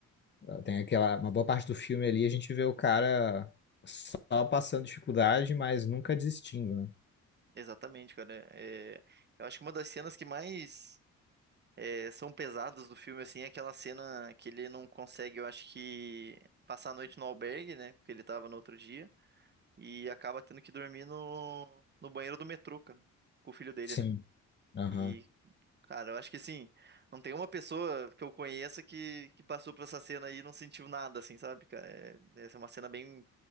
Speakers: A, on the left; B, on the right.
A: ah, tem aquela uma boa parte do filme ali a gente vê o cara só passando dificuldade, mas nunca desistindo, né?
B: Exatamente, cara. É, eu acho que uma das cenas que mais é, são pesadas do filme assim é aquela cena que ele não consegue, eu acho que passar a noite no albergue, né, porque ele tava no outro dia. e acaba tendo que dormir no, no banheiro do metrô, cara, com o filho dele,
A: Sim.
B: né?
A: Aham.
B: E, cara, eu acho que assim, não tem uma pessoa que eu conheça que, que passou por essa cena aí e não sentiu nada, assim, sabe, cara? É, essa é uma cena bem